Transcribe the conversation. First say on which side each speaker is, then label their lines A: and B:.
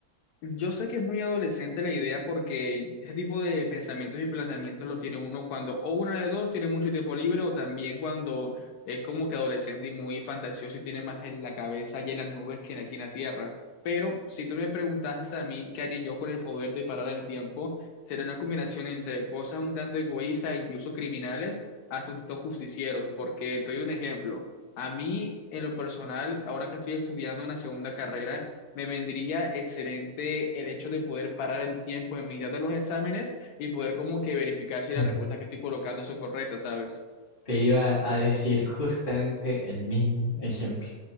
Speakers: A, on the left; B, on the left.
A: Yo sé que es muy adolescente la idea porque ese tipo de pensamientos y planteamientos lo tiene uno cuando o una de dos tiene mucho tiempo libre o también cuando es como que adolescente y muy fantasioso y tiene más en la cabeza y en las nubes que aquí en la tierra. Pero si tú me preguntas a mí qué haría yo con el poder de parar el tiempo, será una combinación entre cosas un tanto egoístas, incluso criminales, hasta un tanto justicieros, porque te doy un ejemplo. A mí, en lo personal, ahora que estoy estudiando una segunda carrera, me vendría excelente el hecho de poder parar el tiempo en mitad de los exámenes y poder como que verificar si
B: Sí.
A: las respuestas que estoy colocando son correctas, ¿sabes?
B: Te iba a decir justamente el mismo ejemplo.